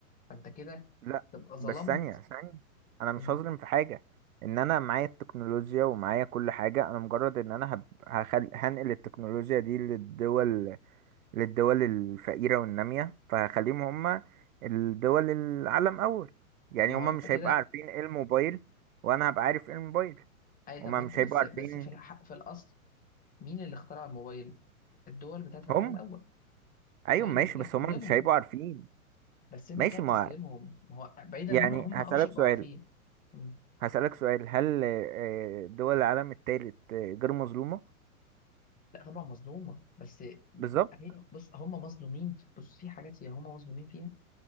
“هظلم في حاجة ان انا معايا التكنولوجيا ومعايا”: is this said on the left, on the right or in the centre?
Right